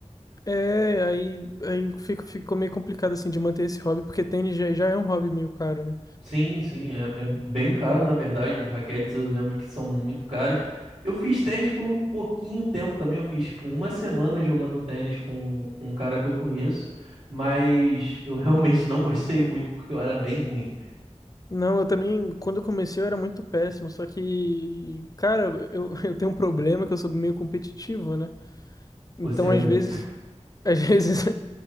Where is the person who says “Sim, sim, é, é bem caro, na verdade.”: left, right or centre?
Right